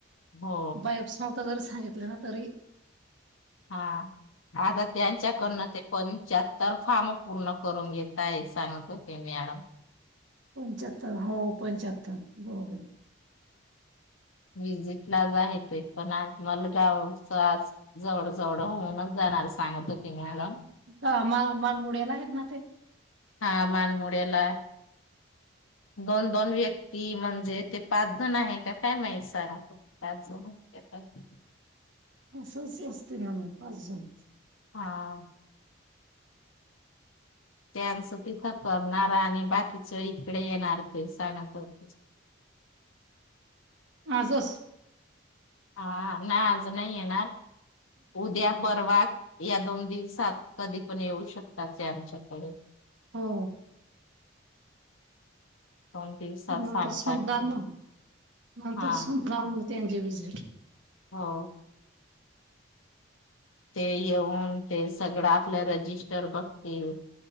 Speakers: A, on the left; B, on the right.
A: हो
B: बाह्य स ता जर सांगितलं ना तरी
A: हा, आता त्यांच्याकडून ते कोणच्यात् तर फॉर्म मग पूर्ण करून घेताय सांगत होते मॅडम.
B: पंचाहत्तर हो पंचाहत्तर बरोबर.
A: विजिटला आज आहे ते, पण आज मला गावच आज जवळ जवळ होऊन जा होणार सांगत होती मॅडम.
B: का मा मानमुड्याला आहेत ना ते?
A: हा मानमोड्याला. दोन दोन व्यक्ती म्हणजे ते पाच जण आहे का काय माहित? सरा पाच जण <unintelligible>
B: असं असं असते ना म पाच जण.
A: हा. त्याचं तिथं करणार आणि बाकीच इकडे येणार ते, सांगत होते. <unintelligible>
B: आजच
A: हा नाय आज नाय येणार, उद्या परवा या दोन दिवसात कधी पण येऊ शकतात ते आमच्याकडे.
B: हो.
A: दोन दिवसात
B: नंतर
A: सांगतात
B: सगळा न नंतर
A: हा
B: <unintelligible> त्यांची विजिट.
A: हो. ते येऊन ते सगळं आपलं रजिस्टर बघतील.